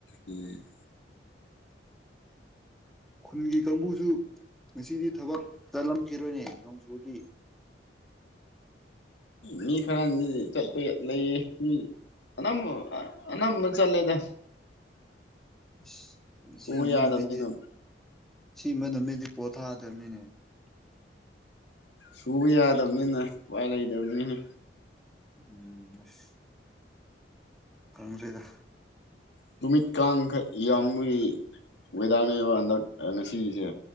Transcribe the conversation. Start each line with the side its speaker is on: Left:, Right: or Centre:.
Left: ꯎꯝ
Centre: ꯈꯨꯟꯒꯤ ꯀꯥꯡꯕꯨꯁꯨ ꯉꯁꯤꯗꯤ ꯊꯕꯛ ꯆꯠꯂꯝꯈꯤꯔꯣꯏꯅꯦ ꯅꯣꯡꯖꯨꯗꯤ
Left: ꯃꯤ ꯈꯔ ꯆꯠꯄ ꯂꯩꯌꯦ ꯃꯤ ꯑꯅꯝ ꯑꯅꯝꯕ ꯆꯠꯂꯦꯗ
Centre: ꯑꯁ ꯁꯤ
Left: ꯁꯨꯕ
Centre: ꯑꯃ
Left: ꯌꯥꯗꯕꯅꯤꯅ
Centre: ꯅꯨꯃꯤꯠꯗꯤ ꯁꯤꯃ ꯅꯨꯃꯤꯠꯗꯤ ꯄꯣꯊꯥꯗꯕꯅꯤꯅꯦ
Left: ꯁꯨꯕ ꯌꯥꯗꯕꯅꯤꯅ ꯎꯄꯥꯏ ꯂꯩꯇꯕꯅꯤꯅ
Centre: ꯎꯝ ꯑꯁ ꯀꯥꯡꯪꯗ꯭ꯔꯩꯗ
Left: ꯅꯨꯃꯤꯠ ꯀꯥꯡꯈꯛ ꯌꯥꯝꯕꯒꯤ ꯋꯦꯗꯔꯅꯦꯕ ꯍꯟꯗꯛ ꯉꯁꯤꯒꯤꯁꯦ